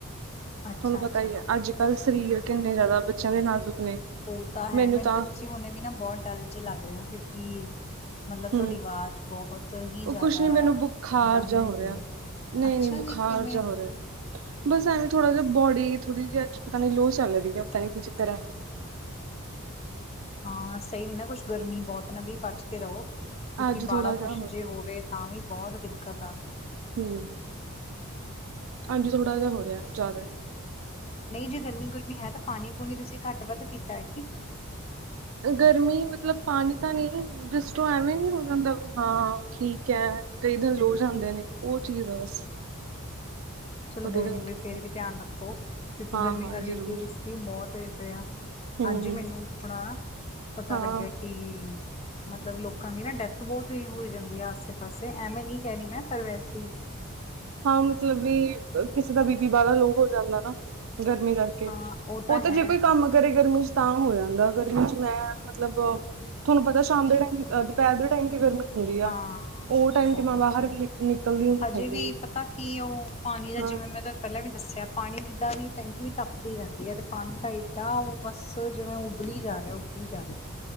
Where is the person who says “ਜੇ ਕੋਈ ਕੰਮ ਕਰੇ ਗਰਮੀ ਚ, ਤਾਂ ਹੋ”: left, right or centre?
Right